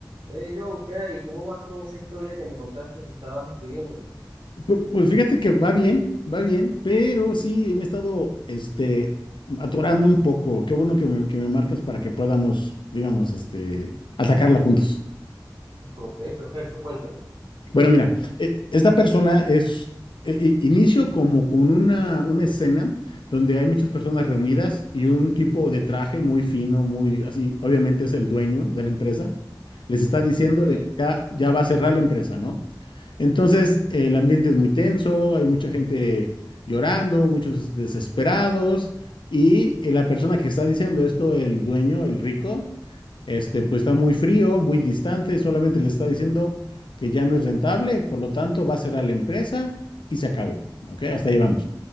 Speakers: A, on the right; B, on the left.
A: Hey Joe, ¿qué hay? ¿Cómo vas con esa historia que me contaste que estabas escribiendo?
B: Pu- Pues fíjate que va bien, va bien, pero sí me he estado este, atorando un poco. Qué bueno que me, que me marcas para que podamos, digamos, este, atacarla juntos.
A: Ok, perfecto, cuéntame.
B: Bueno, mira, e- esta persona es, e- e- inicio como con una, una escena donde hay muchas personas reunidas y un tipo de traje muy fino, muy así, obviamente es el dueño de la empresa, les está diciendo
A: Ok,
B: de que ya, ya va a cerrar la empresa, ¿no? Entonces, el ambiente es muy tenso, hay mucha gente llorando, muchos desesperados y eh, la persona que está diciendo esto, el dueño, el rico, este, pues está muy frío, muy distante, solamente le está diciendo que ya no es rentable, por lo tanto va a cerrar la empresa y se acabó. ¿Ok? Hasta ahí vamos.